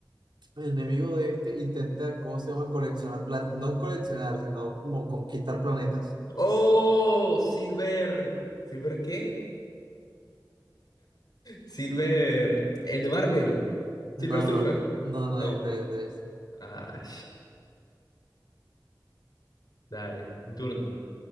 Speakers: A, on the right (about 85°); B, on the left (about 55°).
A: el enemigo de este intenta, ¿cómo se llama? Coleccionar, pla- no es coleccionar, sino como conquistar planetas.
B: ¡Oh! Silver. ¿Silver qué? Silver. El de Marvel. Silver
A: No,
B: Surfer.
A: no, no, no
B: No.
A: es, no es, no es.
B: Ah, dale. Mi Turno.